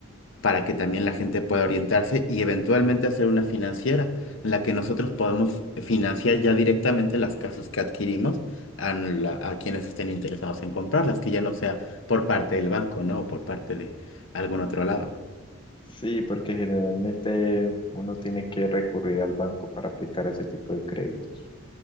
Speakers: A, on the left; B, on the left.
A: para que también la gente pueda orientarse y eventualmente hacer una financiera en la que nosotros podemos financiar ya directamente las casas que adquirimos a, la- a quienes estén interesados en comprarlas, que ya no sea por parte del banco, ¿no? O por parte de algún otro lado.
B: Sí, porque generalmente uno tiene que recurrir al banco para aplicar ese tipo de créditos.